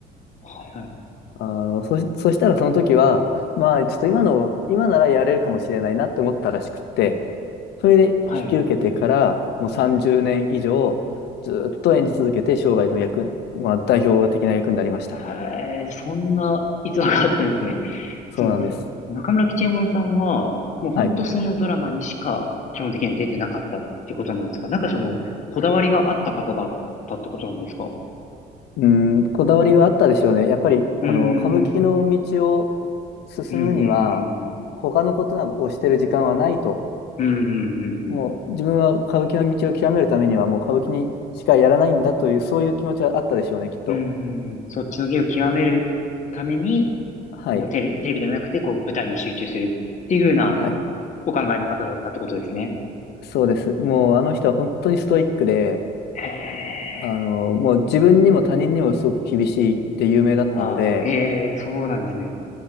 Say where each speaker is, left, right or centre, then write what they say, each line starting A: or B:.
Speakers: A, on the left (about 45°); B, on the left (about 75°).
A: はいはいはい。
B: あの、そ、そしたらその時は、まあ、ちょっと今の、今ならやれるかもしれないなって思ったらしくって、それで引き受けてから、
A: はいはい。
B: もう30年以上、ずっと演じ続けて、生涯の役、まあ、代表的な役になりました。
A: へえ、そんな逸話があったんですね。
B: そうなんです。
A: その、中村吉右衛門さんは、もう本当そのドラマにしか基本的には出てなかったっていうことなんですかなんかその、
B: はい。
A: こだわりがあった方だったってことなんですか
B: はいうん、こだわりはあったでしょうね。やっぱり、あの、
A: うん、うん、
B: 歌舞伎の道を進むには、
A: うん、うん、うん、
B: 他のことをしてる時間はないと。
A: うん、うん、うん、
B: もう、
A: うん、
B: 自分は歌舞伎の道を極めるためには、もう歌舞伎にしかやらないんだという、そういう気持ちはあったでしょうね、きっと。
A: うん、うんうんそっちの芸を極めるために、
B: はい。
A: もうテレ、テレビじゃなくて、こう、舞台に集中するっていう風な
B: はい。
A: お考えの方だったってことですね。
B: そうです。もう、あの人は本当にストイックで、
A: へえ、
B: あの、もう自分にも他人にもすごく厳しいって有名だったので、
A: ああ、へえ、そうなんですね。